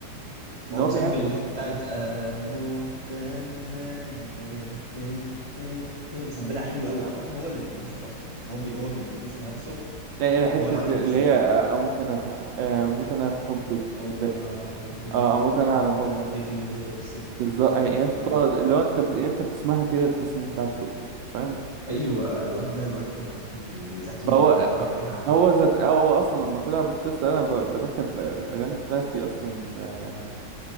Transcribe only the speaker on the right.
ان
هو
بيعكس
لا، لا،
حتة
اللي هي آه، اموت انا في حب آه، اموت انا في حبك
ب-
اه اموت انا
على حبك
بالظبط آه، يا اسطى
لو انت بت- انت بتسمعها كده تحس ان انت عايز ترقص أنت فاهم
فهو
هو ذات هو اصلا لما طلع بودكاست انا ب- بدخل في الاغاني بتاعتي اصلا آه،